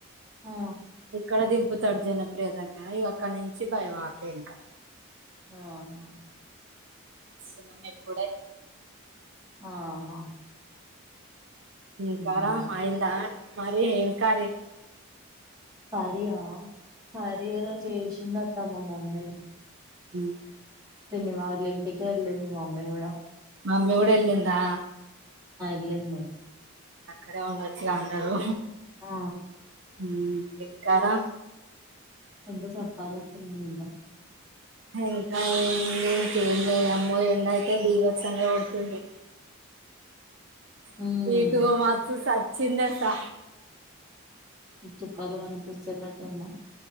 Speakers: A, on the right; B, on the right.
A: ఆ
B: ఇక్కడ దింపుతాడు జనప్రియ దగ్గర ఇక అక్కడ నుంచి బై వాకే ఇంకా
A: ఆ అవునా
B: అ దర్శనం ఎప్పుడయి
A: ఆహా
B: <inaudible> ఇంకా
A: ఉమ్.
B: రా మైందా మరి ఏం కారే
A: కరీ యా కరీ ఏదో జేష్ త్తమ మమ్మీ
B: ఉం
A: ఇని వాళ్ళ ఇంటికి వెళ్ళింది మమ్మీ కూడా
B: మామ్మీ కూడా ఎళ్లిందా
A: లీన్నే
B: అక్కడే ఉండొచ్చు గా న్ దరు
A: ఆ
B: ఉం ఎక్కరా
A: <unintelligible>
B: ఎంకా ఏంద అమ్మో ఏండయితే బీభత్సంగ కొడుతుంది. <unintelligible>
A: ఉమ్
B: చిన్నస్సా
A: చుక్కాలు కనిపించేటట్టున్నాయి